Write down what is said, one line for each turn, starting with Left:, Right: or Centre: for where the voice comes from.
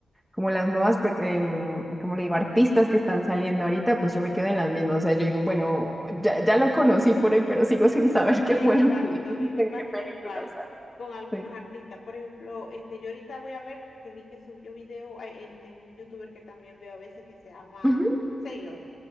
Centre: como las nuevas, per- em, como le digo, artistas que están saliendo ahorita, pues yo me quedo en las mismas. O sea, yo digo, bueno, ya, ya lo conocí por él, pero sigo <laughs> sin saber qué
Left: Exacto,
Centre: fue lo que hizo,
Left: a mí me
Centre: en
Left: pasa
Centre: qué películas
Left: igual con
Centre: hace.
Left: algunos artistas. Por ejemplo, este, yo ahorita voy a ver que vi que subió video, eh, este, un youtuber que también veo a veces que se llama
Centre: Ujú,
Left: Sailor,